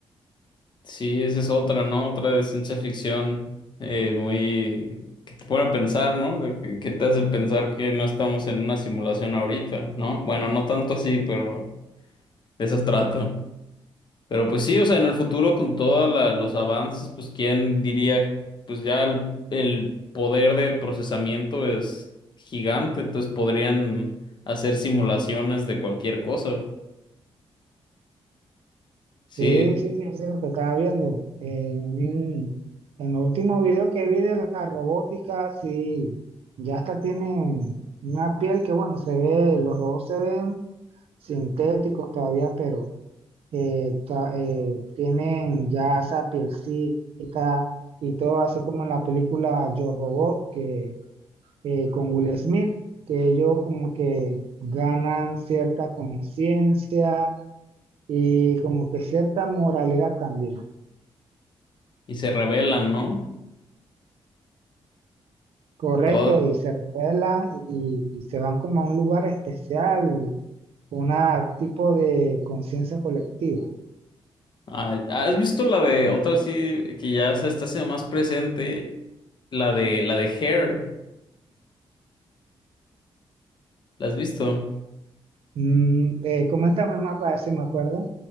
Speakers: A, on the left; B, on the right.
A: Sí, esa es otra, ¿no? Otra de ciencia ficción eh, muy... que te pone a pensar, ¿no? De que, que te hace pensar que no estamos en una simulación ahorita, ¿no? Bueno, no tanto así, pero de eso trato. Pero pues sí, o sea, en el futuro con todos los avances, pues quién diría, pues ya el, el poder de procesamiento es gigante, entonces podrían hacer simulaciones de cualquier cosa. Sí,
B: Sí, sí, sí, eso es lo que estaba viendo. En, un- en el último video que vi de la robótica, sí, ya hasta tienen una piel que, bueno, se ve, los robots se ven sintéticos todavía, pero eh, ta- eh, tienen ya esa pielcita y todo, así como en la película Yo Robot, que eh, con Will Smith, que ellos como que ganan cierta conciencia y como que cierta moralidad también.
A: y se revelan, ¿no?
B: Correcto,
A: Todo,
B: y se revelan y, y se van como a un lugar especial, un tipo de conciencia colectiva.
A: Ah, ¿has visto la de otra sí que ya se está haciendo más presente? La de la de Hair. ¿La has visto?
B: Mm, eh, coméntame más para ver si me acuerdo.